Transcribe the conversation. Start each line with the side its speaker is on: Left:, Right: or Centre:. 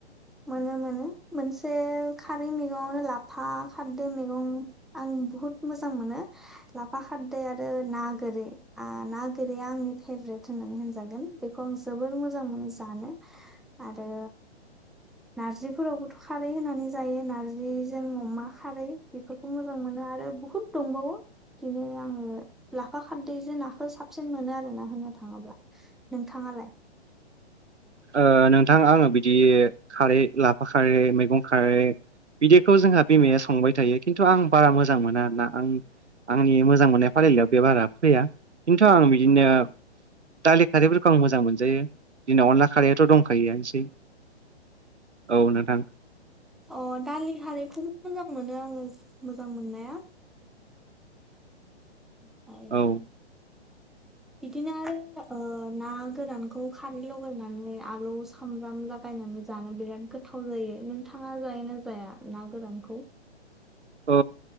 Centre: मोनो- मोनो मोनसे खारै मैगङआवनो लाफा खारदै मैगं आं बहुत मोजां मोनो लाफा खारदै आरो ना गोरि ना आ गोरैया आंनि फे ब्रेद होननानै होनजागोन बेखौ आं जोबोर मोजां मोनो जानो आरो नार्जिफोरावबोथ' खारै होनानै जायो नार्जिजों अमा खारै बेफोरखौ मोजां मोनो आरो बहुत दं बावो बिदिनो आङो लाफा खारदैजों नाखौ साबसिन मोनो आरो ना होननो थाङोब्ला नोंथां आलाय
Right: ओ नोंथां आङो बिदि खारै लाफा खारै मैगं खारै बिदिखौ जोंहा बिमाया संबाय थायो खिन्थु आं बारा मोजां मोना आरोना आं आंनि मोजां मोननाय फारिलाइयाव बे बारा फैया खिन्थु आं बिदिनो दालि खारैफोरखौ आं मोजां मोनजायो दिनाव अन ला खारैयाथ' दंखायोआनोसै औ नोंथां।
Centre: अ दालि हारैखौबो मोजां मोनो आङो मोजां मोननाया। ओमफ्राय
Right: औ
Centre: <inaudible> बिदिनो आरो ना गोरानखौ खारै लगायनानै आलु सामब्राम लागायनानै जानो बिराद गोथाव जायो नोंथाङा जायो ना जाया ना गोरान?
Right: औ